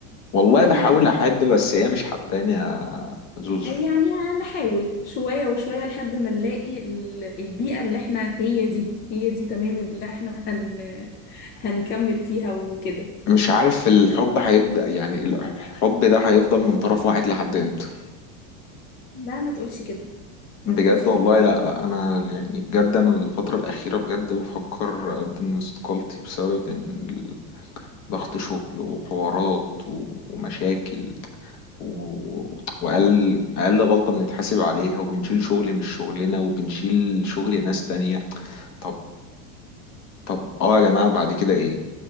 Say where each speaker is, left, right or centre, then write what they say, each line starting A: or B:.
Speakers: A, on the left (about 40°); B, on the left (about 25°).
A: والله
B: فاحنا
A: بحاول احب بس هي مش حباني يا زوزو
B: يعني هنحاول شوية وشوية لحد ما نلاقي ال- البيئة اللي احنا هي دي هي دي تمام اللي احنا هن هنكمل فيها وكده
A: مش عارف الحب هيبدأ يعني الحب ده هيفضل من طرف واحد لحد امتى
B: لا ما تقولش كده ما
A: بجد
B: تقولش
A: والله
B: كده
A: لا لا انا يعني بجد انا الفترة الأخيرة بجد بفكر اقدم استقالتي بسبب ان ضغط شغل وحوارات و- ومشاكل و... وأقل أقل غلطة بنتحاسب عليها وبنشيل شغل مش شغلنا وبنشيل شغل ناس تانية طب طب اه يا جماعة بعد كده ايه